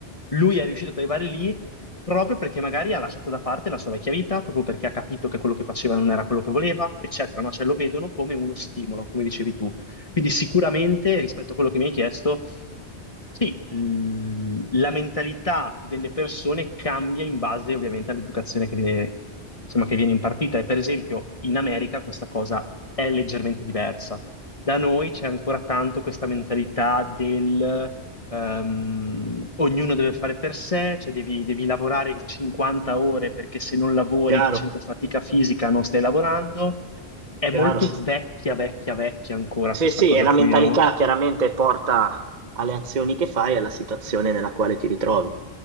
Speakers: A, on the left; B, on the right.
A: lui è riuscito ad arrivare lì proprio perché magari ha lasciato da parte la sua vecchia vita, proprio perché ha capito che quello che faceva non era quello che voleva, eccetera, no? Cioè lo vedono come uno stimolo, come dicevi tu. Quindi sicuramente rispetto a quello che mi hai chiesto, sì, l- la mentalità delle persone cambia in base ovviamente all'educazione che viene, insomma, che viene impartita. E per esempio in America questa cosa è leggermente diversa. Da noi c'è ancora tanto questa mentalità del ehm, ognuno deve fare per sé, cioè devi, devi lavorare 50 ore perché se non lavori
B: Chiaro,
A: facendo fatica fisica non stai lavorando. È molto
B: chiaro.
A: vecchia, vecchia, vecchia ancora
B: Sì,
A: questa
B: sì,
A: cosa
B: è la
A: qui,
B: mentalità
A: no?
B: chiaramente porta alle azioni che fai e alla situazione nella quale ti ritrovi.